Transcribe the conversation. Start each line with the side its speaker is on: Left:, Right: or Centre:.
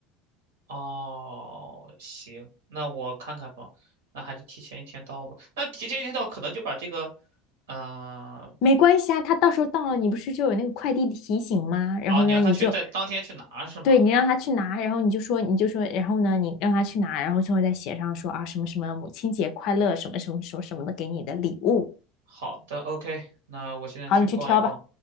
Right: 哦，行，那我看看吧。那还是提前一天到吧。那提前一天到，可能就把这个，嗯、
Left: 没关系啊，他到时候到了，你不是就有那个快递的提醒吗？然后呢，
Right: 啊，你让他去在当天去拿是吗？
Left: 你就对你让他去拿，然后你就说你就说，然后呢，你让他去拿，然后最后再写上说啊什么什么母亲节快乐，什么什么什么什么的给你的礼物。
Right: 好的，OK，那我现在去逛一逛。
Left: 好，你去挑吧。